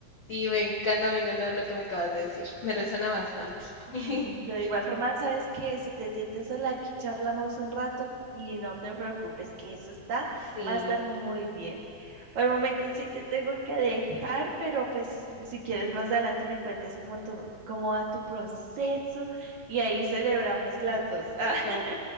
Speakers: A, on the left; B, on the right.
A: sí, me encanta, me encanta lo que me acabas de decir. Me resuena bastante. <laughs>
B: listo. De igual forma, sabes que si te sientes sola, aquí charlamos un rato y no te preocupes, que eso está,
A: Sí.
B: va a estar muy bien. Por el momento sí te tengo que dejar, pero pues si quieres más adelante me cuentas cómo, tu- cómo va tu proceso y ahí celebramos las dos. <laughs>
A: Fijo.